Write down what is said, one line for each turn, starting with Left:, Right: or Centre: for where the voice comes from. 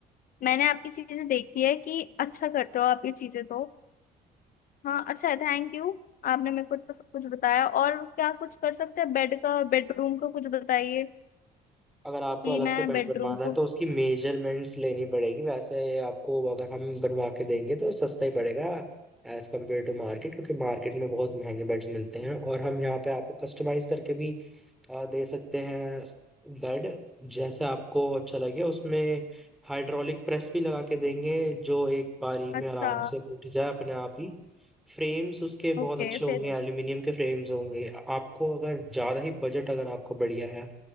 Left: मैंने आपकी चीजें देखी है कि अच्छा करते हो आप ये चीजें तो हाँ अच्छा है थैंक यू आपने मेरे को इतना सब कुछ बताया और क्या कुछ कर सकते हैं बेड का बेडरूम का कुछ बताइए
Centre: अगर आपको
Left: कि
Centre: अलग
Left: मैं
Centre: से बेड
Left: बेडरूम
Centre: बनवाना है
Left: को
Centre: तो उसकी मेजरमेंट्स लेनी पड़ेगी वैसे आपको अगर हम बनवा के देंगे तो सस्ता ही पड़ेगा एज कम्पेयर टू मार्केट क्योंकि मार्केट में बहुत महंगे बेड्स मिलते हैं और हम यहाँ पे आपको कस्टमाइज करके भी अ, दे सकते हैं बेड जैसे आपको अच्छा लगे उसमें हाइड्रोलिक प्रेस भी लगा के देंगे जो एक बारी
Left: अच्छा
Centre: में आराम से उठ जाए अपने आप ही फ्रेम्स उसके
Left: ओके
Centre: बहुत अच्छे होंगे
Left: फिर
Centre: एल्यूमिनियम के फ्रेम्स होंगे आपको अगर ज़्यादा ही बजट अगर आपका बढ़िया है